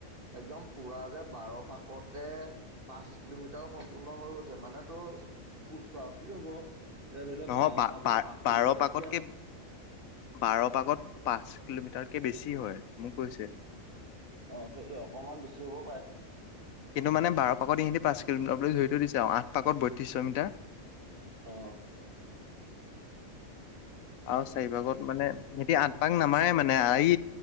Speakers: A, on the right; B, on the left.
A: একদম পুৰা যে বাৰ পাকতে পাঁচ কিলোমিটাৰ সম্পূৰ্ণ হৈ গৈছে মানে তোৰ উাস হ'ব। যে ধৰি লও
B: নহয়
A: বাৰ পাকত পাঁচ
B: বাৰ
A: কিলোমিটাৰতকে
B: পাকতকে বাৰ পাকত পাচ কিলোমিটাৰকে বেছি হয় মোক কৈছে।
A: অ' সেইটো অকমান বেছি হ'ব পাৰে।
B: কিন্তু মানে বাৰ পাকত ইহঁতে পাঁচ কিলোমিটাৰলৈ ধৰি থৈ দিছে আৰু আঠ পাকত বত্ৰিশ মিটাৰ।
A: অ।
B: আৰু চাৰিভাগত মানে এতিয়া আঠপাক নামাৰে মানে এই